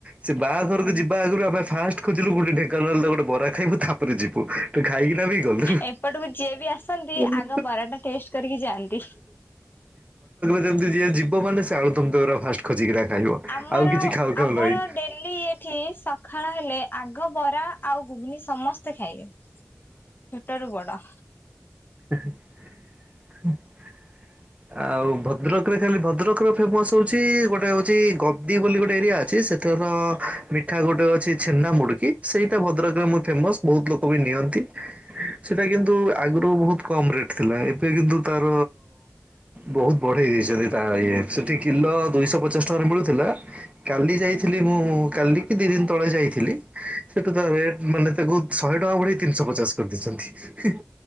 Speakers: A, on the right; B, on the left.
A: ସେ ବାହାଘରକୁ
B: ଆଜ୍ଞା।
A: ଯିବା ଆଗରୁ ଆମେ ଫାଷ୍ଟ୍ ଖୋଜିଲୁ ଗୋଟେ ଢେଙ୍କାନାଳର ଗୋଟେ ବରା ଖାଇବୁ ତା ପରେ ଯିବୁ ତ ଖାଇକିନା ବି <unintelligible>
B: ଏପଟକୁ ଯିଏ ବି ଆସନ୍ତି
A: ମୁଁ
B: ଆଗ ବରାଟା ଟେଷ୍ଟ କରିକି ଯାଆନ୍ତି।
A: ଯେମତି ଯିଏ ଯିବ ମାନେ ସେ ଆଳୁ ଦମ ଦହିବରା ଫାଷ୍ଟ ଖୋଜିକିନା ଖାଇବ।
B: ଆମର
A: ଆଉ କିଛି ଖାଉ ଖାଉ
B: ଆମର
A: ନାହିଁ।
B: ଡେଲି ଏଠି ସକାଳ ହେଲେ ଆଗ ବରା ଆଉ ଘୁଘୁନି ସମସ୍ତେ ଖାଇବେ। ଛୋଟରୁ ବଡ।
A: <inaudible> ଆଉ ଭଦ୍ରକରେ ଖାଲି ଭଦ୍ରକର ଫେମସ ହଉଛି ଗୋଟେ ହଉଛି ଗବଦି ବୋଲି ଗୋଟେ ଏରିଆ ଅଛି। ସେଥେର ମିଠା ଗୋଟେ ଅଛି ଛେନା ମୁଡୁକି ସେଇଟା ଭଦ୍ରକରେ ମୋର ଫେମସ୍ ବହୁତ ଲୋକ ବି ନିଅନ୍ତି। ନ୍ତି ସେଟା କିନ୍ତୁ ଆଗୁରୁ ବୋହୁତ କମ୍ ରେଟ୍ ଥିଲା ଏବେ କିନ୍ତୁ ତାର ବହୁତ ବଢ଼େଇ ଦେଇଚନ୍ତି ତା ଇଏ ସେଠି କିଲ ଦୁଇଶ ପଚାଶ ଟଙ୍କାରେ ମିଳୁଥିଲା। କାଲି ଯାଇଥିଲି ମୁଁ କାଲି ଦି ଦିନ ତଳେ ଯାଇଥିଲି ସେଠୁ ତା ରେଟ୍ ମାନେ ତାକୁ ଶହେ ଟଙ୍କା ବଢ଼େଇ ତିନିଶ ପଚାଶ କରିଦେଇଚନ୍ତି। ହି